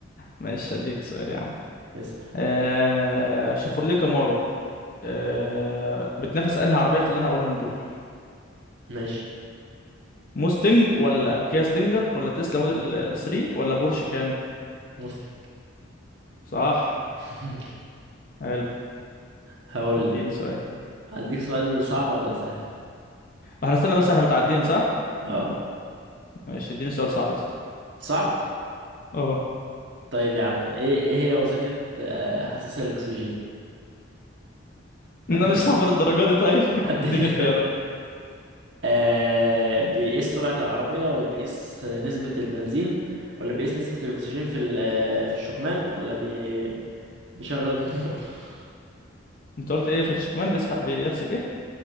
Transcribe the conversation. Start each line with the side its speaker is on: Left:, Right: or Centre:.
Left: ماشي هديك سؤال يا عم
Right: اسأل
Left: آه شيفروليه كامارو آه بتنافس انهي عربيه في اللي انا هقولهم دول
Right: ماشي
Left: موستنج ولا كيا ستينجر ولا تسلا موديل 3 ولا بورش كان
Right: مسلم
Left: صح
Right: <laughs>
Left: حلو
Right: هقول
Left: اديني
Right: لك
Left: سؤال
Right: هديك سؤال صعب ولا سهل؟
Left: احنا استنى بس احنا متعادلين صح
Right: اه
Left: ماشي اديني سؤال صعب يا اسطى
Right: صعب
Left: اه
Right: طيب يا عم ايه ايه هي وظيفة آه، حساس الأكسجين؟
Left: <laughs>
Right: هديك
Left: انا مش
Right: <laughs>
Left: هعبر الدرجه دي طيب <laughs>
Right: هديك
Left: اديني
Right: اختيار.
Left: خيارات
Right: آه بيقيس سرعة العربية ولا بيقيس نسبة البنزين ولا بيقيس نسبة الأكسجين في ال- آه، في الشكمان ولا بي... بيشغل النور <laughs>
Left: انت قلت ايه في الشكمان بيسحب بيحسب ايه